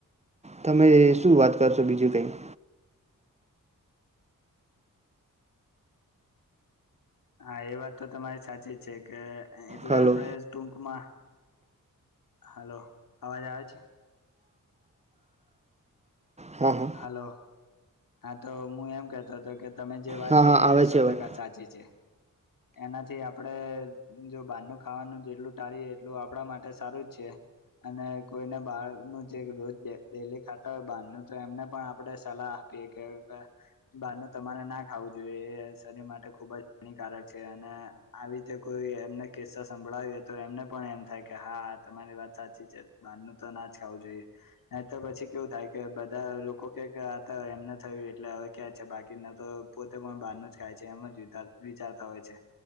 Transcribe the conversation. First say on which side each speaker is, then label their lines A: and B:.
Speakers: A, on the right (about 20°); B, on the left (about 75°).
A: તમે શું વાત કરશો બીજું કંઈ.?
B: હા એ વાત તો તમારી સાચી જ છે કે એટલે
A: હલો
B: આપડે. ટૂંકમાં હલો અવાજ આવે છે.?
A: હા હા.
B: હાલો હા તો હું એમ કતો હતો કે તમે જે વાત
A: હા
B: કરી
A: હા આવે
B: એ સો
A: છે અવાજ
B: ટકા સાચી છે એનાથી આપડે-' જો બહારનું ખાવાનું જેટલું ટાળીએ એટલું આપણા માટે સારું જ છે. અને કોઈને બહાર નું જે રોજ ડેલી ખાતા હોય બહારનું તો એમને પણ આપણે સલાહ આપીએ કે બારનું તમારે ના ખાવું જોઈએ એ શરીર માટે ખુબ જ હાનિકારક છે અને આવી રીતે કોઈ એમને કિસ્સા સંભળાવીએ તો એમને પણ એમ થાય કે હા તમારી વાત સાચી છે. બહાર નું તો ના જ ખાવું જોઈએ ન તો પછી કેવું થાય કે બધા લોકો કક આ એમને થયું એટલે હવે ક્યાં છે બાકીના તો પોતે પણ બહારનું જ ખાય છે એમ જ વિચારતા હોય છે.